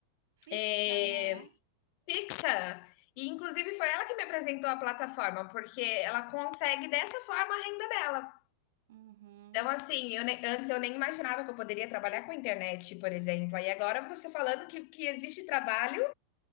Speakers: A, on the right; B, on the left.
A: Fixa,
B: é,
A: né?
B: fixa. E inclusive foi ela que me apresentou a plataforma, porque ela consegue dessa forma a renda dela.
A: Uhum.
B: Então, assim, eu nem, antes eu nem imaginava que eu poderia trabalhar com internet, por exemplo. Aí agora você falando que, que existe trabalho